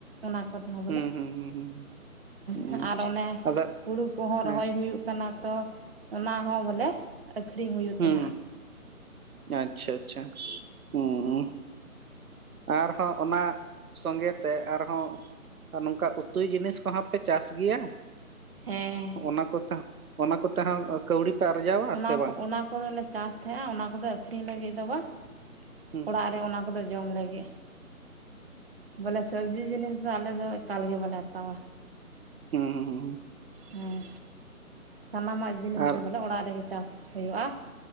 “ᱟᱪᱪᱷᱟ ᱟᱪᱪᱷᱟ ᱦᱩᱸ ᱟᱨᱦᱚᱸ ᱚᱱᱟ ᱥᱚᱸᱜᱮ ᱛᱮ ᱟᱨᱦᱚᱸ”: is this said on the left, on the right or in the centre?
Right